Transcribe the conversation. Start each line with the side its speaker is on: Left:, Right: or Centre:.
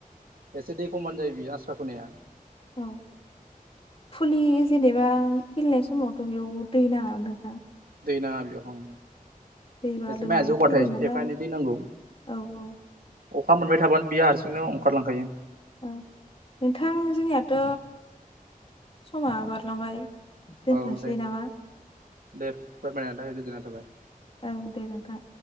Right: एसे दै खमबानो जायो बियो आस्रा फोनाया।
Left: औ फुलि जेनेबा खिलिनाय समावथ' बेयाव दै नाङा नोंथां?
Right: दै नाङा बेयाव होम।
Left: दैबा
Right: एसे
Left: लोमनानै
Right: माया जौबाथाय
Left: थैगोन नालाय
Right: एफा एनै दै नांगौ।
Left: औ औ
Right: अखा मोनबाय थाबानो बियो हारसिंनो अंखारलांखायो।
Left: औ नोंथां जोंनियाथ' समा बारलांबाय दोनथ'नोसै
Right: औ दे
Left: नामा?
Right: दे फोरमायनि थाखाय गोजोननाय थाबाय।
Left: औ दे नोंथां।